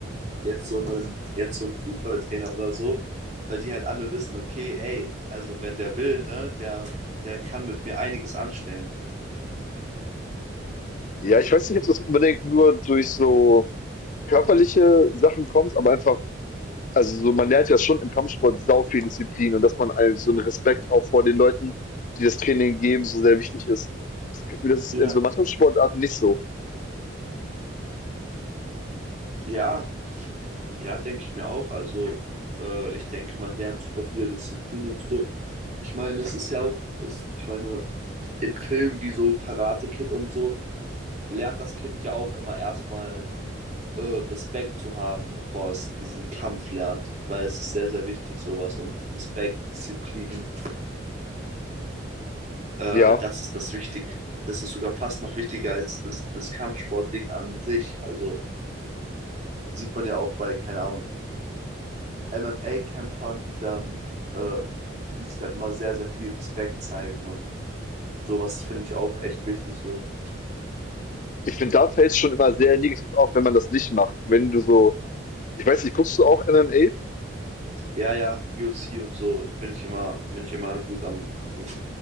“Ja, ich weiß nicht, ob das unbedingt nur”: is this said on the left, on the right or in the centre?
Left